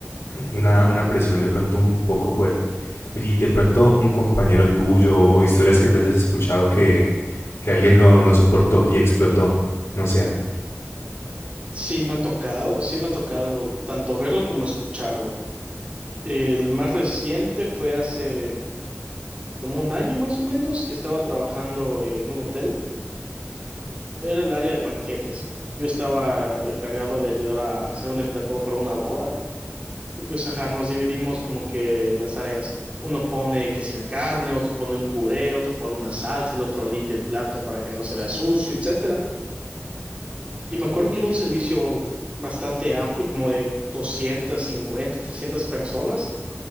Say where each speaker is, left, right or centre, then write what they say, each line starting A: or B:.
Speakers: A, on the left; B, on the right.
A: una, una presión de pronto un poco fuerte. Oye, y de pronto un compañero tuyo o historias que tú hayas escuchado que, que alguien no, no soportó y explotó. No sé,
B: Sí me ha tocado, sí me ha tocado tanto verlo como escucharlo. El más reciente fue hace como un año más o menos que estaba trabajando en un hotel. Era el área de banquetes. Yo estaba encargado de ayudar a hacer un emplatado para una boda y pues ajá, nos dividimos como que las tareas. Uno pone que si la carne, otro pone un puré, otro pone una salsa, el otro limpia el plato para que no se vea sucio, etcétera. Y me acuerdo que era un servicio bastante amplio, como de 250 300 personas,